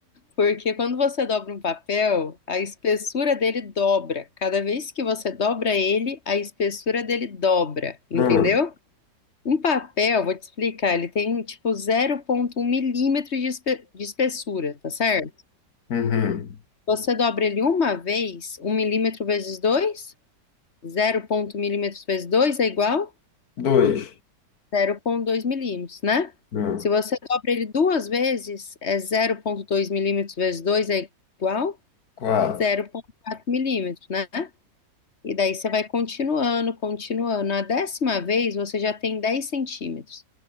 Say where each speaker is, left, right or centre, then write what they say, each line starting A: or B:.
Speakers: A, on the left; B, on the left.
A: Porque quando você dobra um papel, a espessura dele dobra. Cada vez que você dobra ele, a espessura dele dobra. Entendeu?
B: Um,
A: Um papel, vou te explicar, ele tem tipo 0,1 milímetro de espe- de espessura, tá certo?
B: uhum,
A: Você dobra ele uma vez, um milímetro vezes 2, 0,1 milímetros vezes 2 é igual
B: dois,
A: a zero ponto dois milímetros, né?
B: um,
A: Se você dobra ele duas vezes, é zero ponto dois milímetros vezes 2 é igual
B: quatro.
A: a zero ponto quatro milímetros, né? E daí você vai continuando, continuando. Na décima vez, você já tem 10 centímetros.